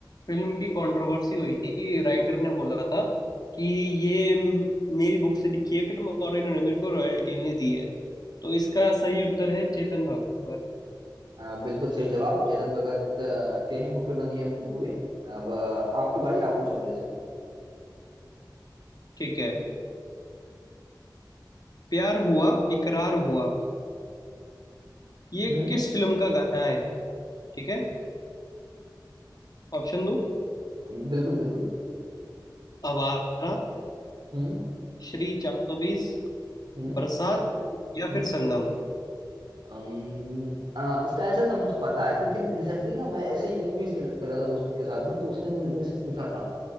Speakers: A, on the left; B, on the right.
A: फिल्म की कंट्रोवर्सी हुई थी कि राइटर ने बोला था कि ये म- मेरी बुक से लिखी है फिल्म और इन्होंने मेरे को रॉयल्टी नहीं दी है तो इसका सही उत्तर है चेतन भगत
B: अ, बिल्कुल सही जवाब चेतन भगत अ, के ही बुक पे बनी है मूवी अब अ, आपकी बारी आप पूछो मेरे से
A: ठीक है प्यार हुआ इकरार हुआ ये
B: हम्म
A: किस फिल्म का गाना है ठीक है ऑप्शन दो
B: हम्म बिल्कुल बिल्कुल
A: आवारा
B: हम्म
A: श्री 420
B: हम्म
A: बरसात या
B: हम्म
A: फिर संगम
B: अम्म, अ, इसका आंसर ना मुझे पता है क्योंकि रिसेंटली ना मैं ऐसे ही एक क्विज कर कर रहा था दोस्त के साथ में तो उसने मुझे- मेरे से पूछा था